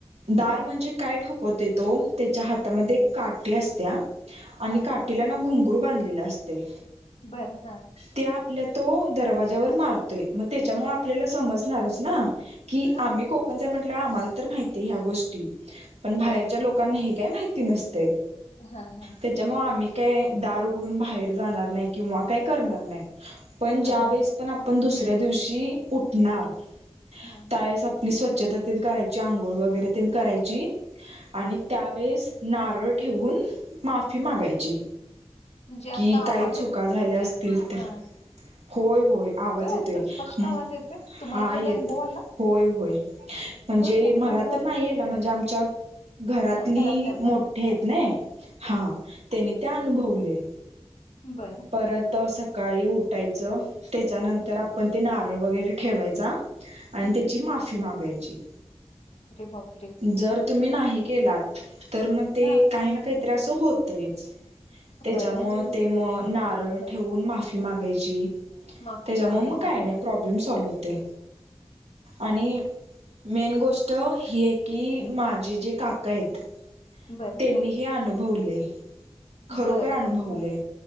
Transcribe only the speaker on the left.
हां
हां
हां
बरं हा,
हां
बरं
हा- हा,
बरं
हां
हां
म्हणजे
असा
आवाज
हा
असं स्पष्ट
आवाज येतोय तुम्हाला कधी
अनुभव आला
होय काय
अरे बापरे
हा घरातल्यांना
हा
बर
हा
हम्म,
हम्म.
अरे बापरे
हा
बर म्हणजे
हा
हा
माफी
मागायची
बरं
बरं
हा
बरं
हा